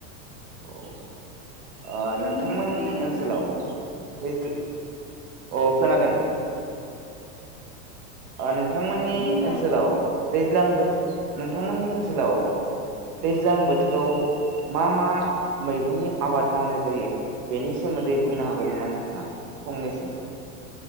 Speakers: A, on the right (about 75°); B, on the left (about 60°).
A: औ
B: हेलौ
A: नोंथांमोननि
B: नोंथां खोनादोंना
A: ओनसोलाव अ खोनादों नोंथांमोननि
B: बुंलाय
A: ओनसोलाव दैज्लां बोथोर नोंथांमोननि ओनसोलाव दैज्लां बोथोराव मा मा मैगंनि आबाद मावनाय जायो बेनि सोमोन्दै बुंनो हागोन नामा नोंथाङा फंनैसो